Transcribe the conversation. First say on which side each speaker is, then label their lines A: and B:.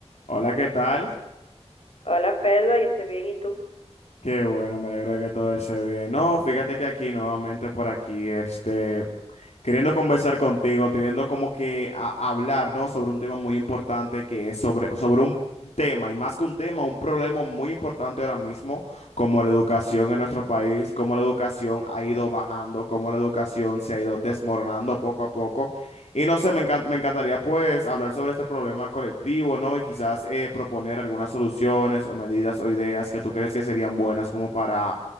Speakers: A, on the left; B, on the left.
A: Hola, ¿qué tal?
B: Hola Pedro, yo estoy bien, ¿y tú?
A: Qué bueno, me alegro de que todo esté bien. No, fíjate que aquí nuevamente por aquí, este, queriendo conversar contigo, teniendo como que a- hablar, ¿no? Sobre un tema muy importante que es sobre, sobre un tema, y más que un tema, un problema muy importante ahora mismo, como la educación en nuestro país, cómo la educación ha ido bajando, cómo la educación se ha ido desmoronando poco a poco. Y no sé, me encan- me encantaría pues hablar sobre este problema colectivo, ¿no? Y quizás eh, proponer algunas soluciones o medidas o ideas que tú crees que serían buenas como para